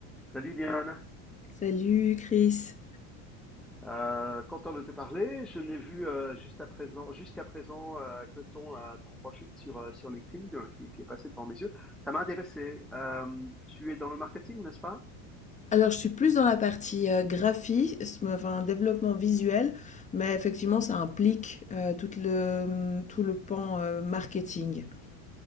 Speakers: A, in the centre; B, on the left.
A: Salut Diane,
B: Salut Chris.
A: Euh, content de te parler. Je n'ai vu euh, juste à présent, jusqu'à présent euh, que ton, euh, ton profil sur, euh, sur LinkedIn euh, qui, qui est passé devant mes yeux. Ça m'a intéressé. Euh, tu es dans le marketing, n'est-ce pas?
B: Alors, je suis plus dans la partie euh, graphisme, enfin développement visuel, mais effectivement, ça implique euh, tout le, mm, tout le pan euh, marketing.